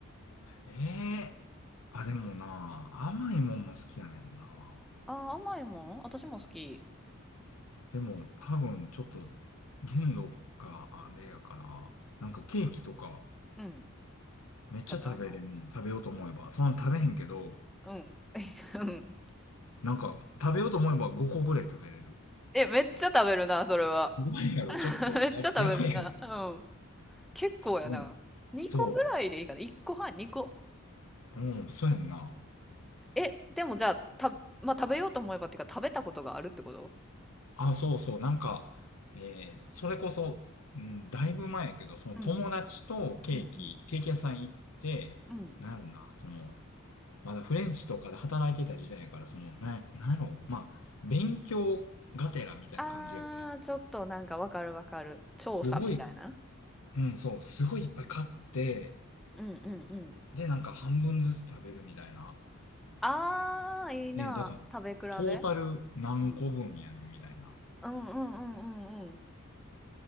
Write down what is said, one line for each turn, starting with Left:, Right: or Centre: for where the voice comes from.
Left: ええあ、でもな、甘いもんも好きやねんな。
Centre: あー、甘いもん私も好き。
Left: でも多分ちょっと限度があれやから、なんかケーキとか
Centre: うん。
Left: めっちゃ食べれん食べようと思えば。
Centre: じゃないの
Left: そんな食べへんけど、
Centre: うん。<laughs> うん
Left: なんか食べようと思えば5個ぐらい食べれる。
Centre: え、めっちゃ食べるな、それは。
Left: すごいやろ。ちょっとや、
Centre: <laughs> めっちゃ食べるな。
Left: やばいやろ。
Centre: うん。結構やな。
Left: うん。
Centre: 2個ぐらいでいいかな。
Left: そ
Centre: 1個半、2個。
Left: う。うん、そうやんな。
Centre: え、でもじゃあ、たまあ、食べようと思えばっていうか、食べたことがあるってこと
Left: あ、そうそう、なんか、えーそれこそ、うん、だいぶ前やけど、その友達とケーキ、
Centre: うん、うん、うん、
Left: ケーキ屋さん行って、
Centre: うん。
Left: なんやろな、その、まだフレンチとかで働いてた時代やから、その、な、なんやろ、まあ、勉強がてらみたいな感じやから。
Centre: あー、ちょっとなんかわかるわかる。調査みたいな。
Left: すごい、うん、そう、すごいいっぱい買って、
Centre: うんうんうん。
Left: で、なんか半分ずつ食べるみたいな。
Centre: あー、いいな。
Left: で、だから、
Centre: 食べ比べ。
Left: トータル何個分やねんみたいな。
Centre: うん。うんうんうんうんうん。